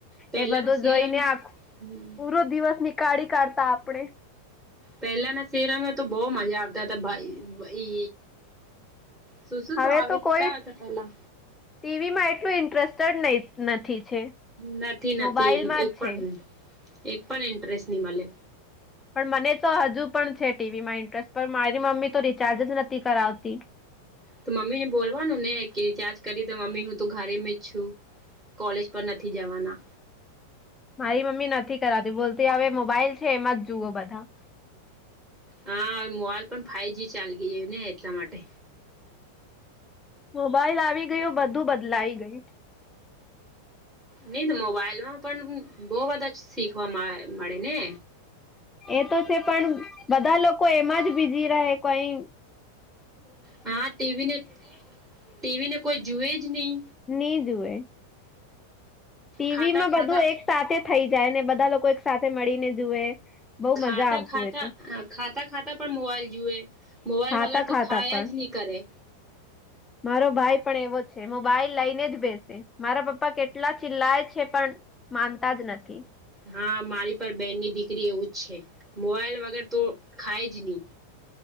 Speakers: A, on the right (about 15°); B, on the left (about 15°).
A: પહેલાના
B: એ બધું
A: સિરિયલ
B: જોઈ ને આખું
A: હમ,
B: પૂરો દિવસ ની કાળી કાઢતા આપણેે.
A: પહેલાના શહેરામાં તો બહુ મજા આવતા હતા. શું શું
B: હવે
A: આવતા
B: તો કોઈ ટીવી
A: હતા પેલા
B: માં એટલું ઇન્ટરેસ્ટેડ નથી છે.
A: નથી નથી,
B: મોબાઈલમાં
A: એમ એક
B: જ છે
A: પણ એક પણ ઇન્ટરેસ્ટ ની મળે.
B: પણ મને તો હજુ પણ છે ટીવી માં ઇન્ટરેસ્ટ પણ મારી મમ્મી તો રિચાર્જ જ નથી કરાવતી.
A: તો મમ્મી ને બોલવાનું ને કે રિચાર્જ કરી તો મમ્મી હું તો ઘરે જ છું. કોલેજ પર નથી જવાના.
B: મારી મમ્મી નથી કરાતી બોલતી હવે મોબાઈલ છે એમાં જ જુઓ બધા.
A: હાવે મોબાઈલ પણ ફાઇવ જ ચાલ ગઈ ને એટલા માટે.
B: મોબાઈલ આવી ગયો બધું બદલાઈ ગયું.
A: નહી તો મોબાઈલ માં પણ બહ બધા શીખવા મળે ને.
B: એ તો છે પણ બધા લોકો એમાં જ બીજીી રહે કોઈ
A: હા, ટી વી ને ટી વી ને કોઈ જુએ જ નહી.
B: નહી જુવે. ટી
A: ખાતા
B: વી માં
A: ખાતા
B: બધું એક સાથે થઈ જાય ને બધા લોકો એક સાથે મળીને જુએ બહુ
A: ખાતા
B: મજા આવતું
A: ખાતા
B: એ તો
A: અહ ખાતા ખાતા પણ મોબાઈલ જુએ મોબાઈલ
B: ખાતા
A: વગર તો
B: ખાતા
A: ખાયા
B: પણ
A: જ નહી. કરે.
B: મારો ભાઈ પણ એવો છે, મોબાઈલ લઈને જ બેસે. મારા પપ્પા કેટલા ચિલ્લાય છે પણ માનતા જ નથી.
A: હા, મારી પર બેહેનની દીકરી એવું જ છે મોવાઈલ વગર તો ખાય જ નહી.